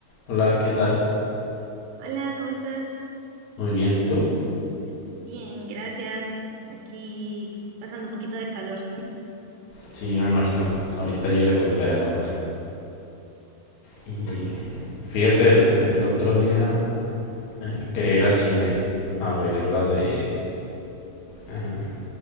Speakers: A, on the left; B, on the right.
A: Hola, ¿qué tal?
B: Hola, ¿cómo estás?
A: Muy bien, ¿y tú?
B: Bien, gracias. Aquí pasando un poquito de calor.
A: Sí, me imagino. Ahorita llega el verano. Y fíjate, el, el otro día eh, quería ir al cine a ver la de... em,